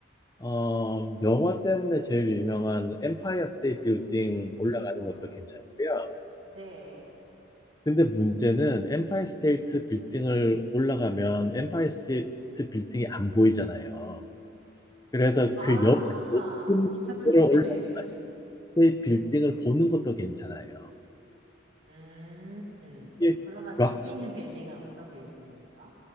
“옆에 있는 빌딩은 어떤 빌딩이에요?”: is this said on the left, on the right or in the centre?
Right